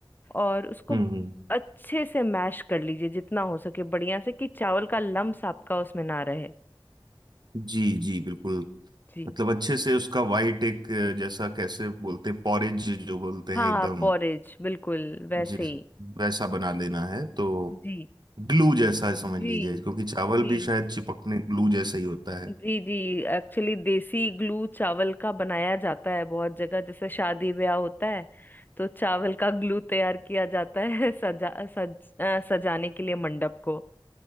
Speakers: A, on the left; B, on the right.
A: और उसको
B: हम्म, हम्म,
A: अच्छे से मैश कर लीजिए जितना हो सके बढ़िया से कि चावल का लम्स आपका उसमें ना रहे
B: जी जी बिल्कुल
A: जी
B: मतलब अच्छे से उसका वाइट एक अ, जैसा कैसे बोलते हैं पॉरेज जो बोलते
A: हाँ
B: हैं एकदम
A: पॉरेज बिल्कुल वैसे
B: जिस
A: ही
B: वैसा बना लेना है तो
A: जी
B: ग्लू जैसा समझ
A: जी
B: लीजिए क्योंकि चावल
A: जी
B: भी शायद चिपकने ग्लू जैसा ही होता है
A: जी जी एक्चुअली देसी ग्लू चावल का बनाया जाता है बहुत जगह जैसे शादी ब्याह होता है तो चावल का ग्लू तैयार किया जाता है <laughs> सजा सज अ, सजाने के लिए मंडप को